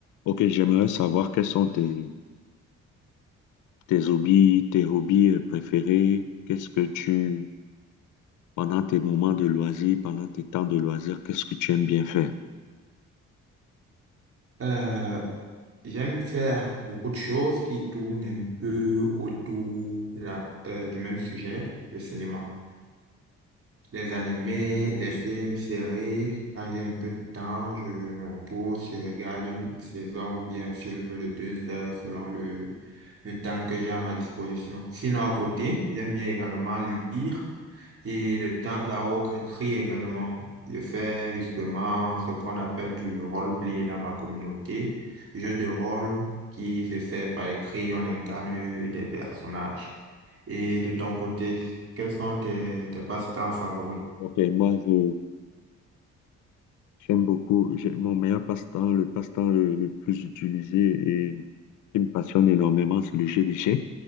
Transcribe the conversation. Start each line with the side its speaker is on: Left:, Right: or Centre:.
Left: Ok, j'aimerais savoir quels sont tes, tes hobbies, tes hobbies euh, préférés. Qu'est-ce que tu, pendant tes moments de loisirs, pendant tes temps de loisirs, qu'est-ce que tu aimes bien faire?
Right: Euh, j'aime faire beaucoup de choses qui tournent un peu autour de la- euh, du même sujet, le cinéma. Les animés, les films, séries, quand j'ai un peu de temps, je me repose, je regarde une saison ou bien un film de deux heures selon le, le temps que j'ai à ma disposition. Sinon, à côté, j'aime bien également lire et de temps à autre écrire également. Je fais justement ce qu'on appelle du role-play dans ma communauté, jeu de rôle qui se fait par écrit, on incarne des personnages. Et de ton côté, quels sont tes, tes passe-temps favoris?
Left: Ok, moi, je, j'aime beaucoup, j'ai- mon meilleur passe-temps, le passe-temps le, le plus utilisé et qui me passionne énormément, c'est le jeu d'échecs.